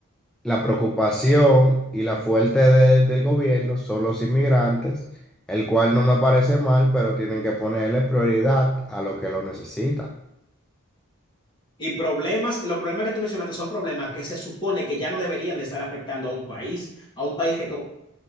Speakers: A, in the centre; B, on the left.
A: la preocupación y la fuerte de- del gobierno son los inmigrantes, el cual no me parece mal, pero tienen que ponerle prioridad a lo que lo necesita.
B: Y problemas, los problemas que tú mencionaste son problemas que se supone que ya no deberían de estar afectando a un país, a un país que como,